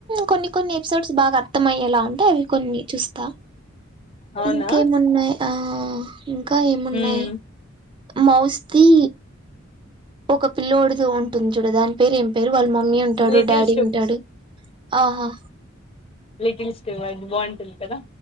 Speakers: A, on the right; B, on the left.
A: కొన్ని కొన్ని ఎపిసోడ్స్ బాగా అర్థమయ్యేలా ఉంటాయి అవి కొన్ని చూస్త
B: అవునా
A: ఇంకేమున్నయి ఆ ఇంకా ఏమున్నాయి
B: ఉమ్
A: మౌస్ కి ఒక పిల్లోడిది ఉంటుంది చూడు దాని పేరు ఏం పేరు వాళ్ళ మమ్మీ ఉంటాడు
B: లిటిల్
A: డాడీ ఉంటాడు ఆహా
B: లిటిలుస్ అది బావుటుంది కదా